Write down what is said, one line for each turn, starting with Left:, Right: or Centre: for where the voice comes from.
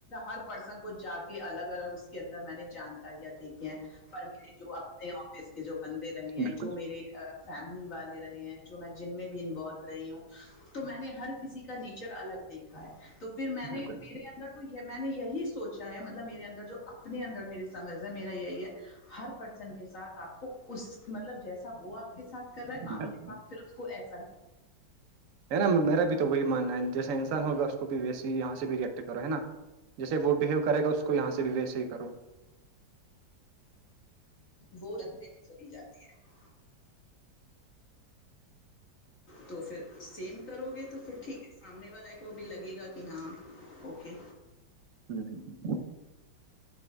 Left: ہر پرسن کو جا کے الگ الگ اس کے اندر میں نے جانکاریاں دیک پر میرے جو اپنے آفس کے جو بندے رہے
Right: بالکل
Left: ہیں جو میرے فیملی والے رہے ہیں جو میں جن میں بھی انوالو رہی ہوں تو میں نے ہر کسی کا نیچر الگ دیکھا ہے تو پھر میں نے
Right: بالکل
Left: میرے اندر تو یہ میں نے یہی سوچا ہے مطلب میرے اندر جو اپنے اندر میری سمجھ ہے میرا یہی ہے ہر پرسن کے ساتھ آپ کو اس مطلب جیسا وہ آپ کے سھ کر رہا ہے
Right: بالکل
Left: آپ کے ساتھ پھر اس کو ایسا ہی
Right: ہے نا میرا بھی تو وہی ماننا ہے جیسا انسان ہوگا اس کو بھی ویسیے ہی یہاں سے بھی ریئیکٹ کرو ہے نا جیسے وہ بہیو کرے گا اس کو یہاں سے بھی ویسے ہی کرو
Left: وہ جاتی ہے تو پھر سیم کرو گے تو پھر ٹھیک ہے سامنے والے کو بھی لگے گا کہ ہاں اوکے
Right: ہوں ہوں ہ